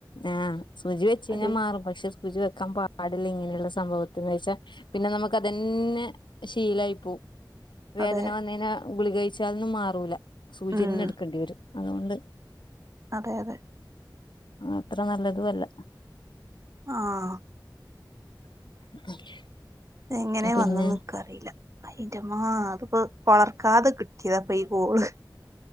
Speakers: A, on the left; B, on the right.
A: ആഹ് സുചി വെച്ച് കഴിഞ്ഞാ
B: അതെ
A: മാറും പക്ഷെ സുചി വെ. ക്കാൻ പാടില്ല ഇങ്ങനെള്ള സംഭവത്തിന് വെച്ചാപിന്നെ നമുക്ക്തന്നെ ശീലായി പോം വേദന
B: അതെ
A: വന്ന്കഴിഞ്ഞ ഗുളിക കഴിച്ചാലൊന്നും മാറൂല സൂചിന്നെ
B: ഉം
A: ട്ക്കേണ്ടിവരും. അതോണ്ട്
B: അതെ അതെ.
A: അത്ര നല്ലതു അല്ല.
B: ആഹ്.
A: <inaudible>
B: എങ്ങനെ
A: പിന്നെ
B: വന്ന്ന്ന്ക്കറീല. അയിന്റെമ്മ അതിപ്പോ കൊളർക്കാതെ കിട്ടിയതാപ്പൊ ഈ കോള്